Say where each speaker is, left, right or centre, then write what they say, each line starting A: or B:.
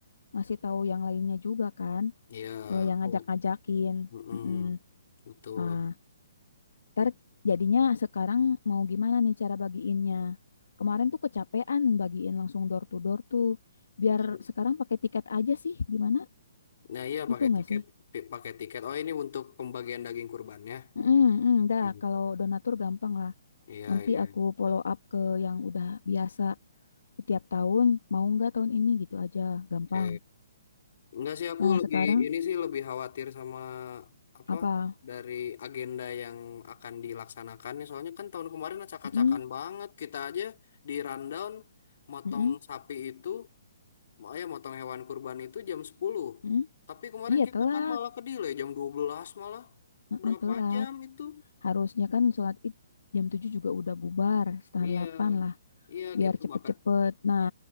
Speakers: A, on the left; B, on the left.
A: ngasih tahu yang lainnya juga kan,
B: Iya,
A: eh, yang
B: aku
A: ngajak-ngajakin.
B: mm-mm.
A: Mm-mm.
B: Betul.
A: Nah, ntar jadinya sekarang mau gimana nih cara bagiinnya? Kemarin tuh kecapean bagiin langsung door to door tuh. Biar
B: I-
A: sekarang pakai tiket aja sih, gimana?
B: Nah, iya
A: Gitu
B: pakai
A: nggak
B: tiket,
A: sih?
B: pi- pakai tiket. Oh, ini untuk pembagian daging kurbannya.
A: Mm, mm,
B: Hmm.
A: dah kalau donatur gampang lah.
B: Iya,
A: Nanti
B: iya.
A: aku follow up ke yang udah biasa setiap tahun. Mau nggak tahun ini gitu aja, gampang.
B: Oke. Enggak sih aku
A: Nah
B: lebih
A: sekarang
B: ini sih lebih khawatir sama apa
A: apa?
B: dari agenda yang akan dilaksanakannya. Soalnya kan tahun kemarin acak-acakan
A: Mm,
B: banget kita aja di rundown motong
A: mm,
B: sapi itu, ya motong hewan kurban itu jam sepuluh
A: mm.
B: Tapi kemarin
A: Iya
B: kita
A: telat,
B: kan malah ke delay jam 12 malah.
A: Mm,
B: Berapa
A: mm, telat.
B: jam itu?
A: Harusnya kan sholat id jam 7 juga udah bubar, setengah
B: Iya.
A: 8 lah.
B: Iya
A: biar
B: gitu
A: cepet-cepet.
B: maka
A: Nah,